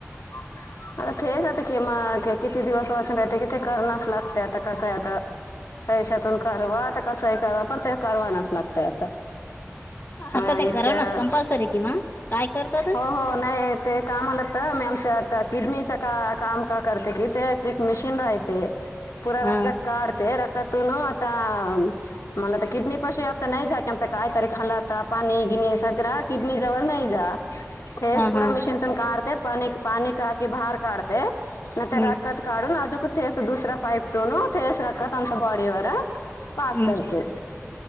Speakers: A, on the left (about 80°); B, on the left (about 45°).
A: <inaudible> आता तेच आता कि मग किती दिवस वाचन राहते, कि ते करण्यास लागते आता कसंय आता
B: <inaudible>
A: पैशातून कारवा त कसंही कवा पण ते करवानाच लागत आता.
B: आता
A: अ
B: ते
A: इतक्या
B: कराव नाच कंपल्सरी कि म काय करतात.
A: हो हो नाही ते कामाला मी आमच्या आता किडनीच्या का काम का करते, कि ते एक मिशन राहयते. पुरा
B: हा
A: राखत काढते राखतून आता मला तर किडनी पाशी आता नाही जा की, आता कायतरी खालाता पाणी- गिणी सगळं किडनी जवळ नाही जा थेस
B: हा
A: पूरा
B: हा
A: मशीन तुून काढते पा पाणी काकी बाहेर काढते. ते नाही ते
B: हम्म
A: रखत काढून आजूक थेस दुसरां पाईप तोलू थेस राखत आमच्या बॉडीवर पास
B: हम्म
A: करते